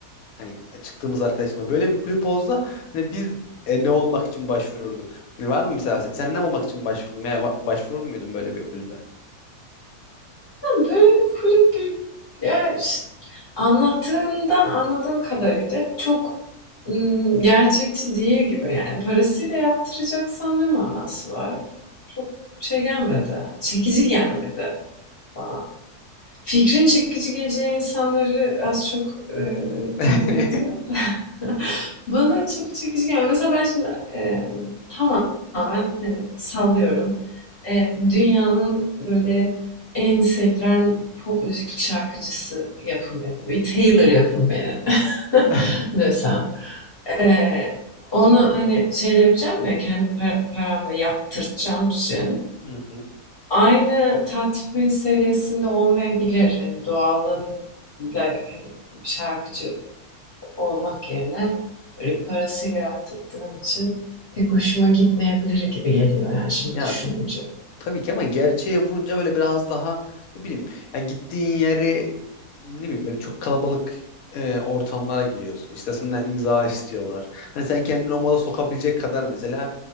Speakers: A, on the left (about 70°); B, on the left (about 45°).
A: hani çıktığımız arkadaşımla böyle bir kulüp olsa hani biz e, ne olmak için başvururduk? Hani var mı mesela sen, sen ne olmak için başvurdun veya va- başvurur muydun böyle bir kulübe?
B: Ya Böyle bir kulüp bir, ya ş- anlattığından anladığım kadarıyla çok ım, gerçekçi değil gibi. Yani parasıyla yaptıracaksam ne manası var? Çok şey gelmedi. Çekici gelmedi bana. Fikrin çekici geleceği insanları az çok, eee,
A: <laughs>
B: tahmin ediyorum <laughs> bana çok çekici gelmiyor. Mesela ben şimdi, eee, tamamen, hani, sallıyorum. Eee, dünyanın böyle en sevilen pop müzik şarkıcısı yapın beni. Bir Taylor yapın beni <laughs>
A: Hı
B: desem. Eee, onu, hani, şeyle yapacağım ya, kendi paramla yaptırtacağım için,
A: hı. <laughs>
B: Aynı tatmin seviyesinde olmayabilir. Hani doğalın hani şarkıcı olmak yerine böyle parasıyla yaptırdığım için pek hoşuma gitmeyebilir gibi geliyor yani şimdi
A: Ya
B: düşününce.
A: tabii ki ama gerçeğe vurunca böyle biraz daha ne bileyim ya gittiğin yeri ne bileyim böyle çok kalabalık e, ortamlara giriyorsun. İşte senden imza istiyorlar. Hani sen kendini o moda sokabilecek kadar mesela